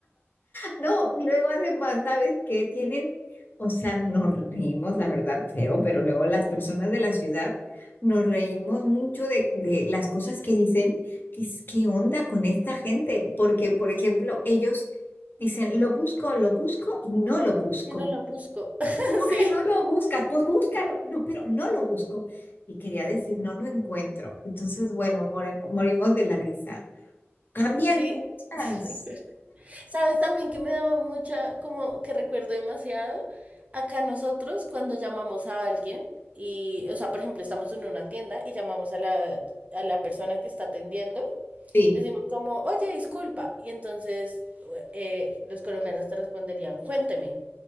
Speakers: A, on the left; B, on the right.
A: No, y luego además, ¿sabes qué? Tienen, o sea, nos reímos, la verdad, feo, pero luego las personas de la ciudad nos reímos mucho de, de las cosas que dicen, que es, ¿qué onda con esta gente? Porque, por ejemplo, ellos dicen, lo busco, lo busco y no lo busco.
B: y no la busco. <laughs>
A: ¿Cómo que no lo buscas? Pues búscalo, no, pero no lo busco. Y quería decir, no lo encuentro. Entonces, bueno, moremo- morimos de la risa. Cambian
B: Sí,
A: cosas.
B: sí. <laughs> ¿Sabes también que me daba mucha, como que recuerdo demasiado? Acá nosotros cuando llamamos a alguien y, o sea, por ejemplo, estamos en una tienda y llamamos a la, a la persona que está atendiendo,
A: Sí,
B: decimos como, oye, disculpa. Y entonces eh, los colombianos te responderían, cuénteme,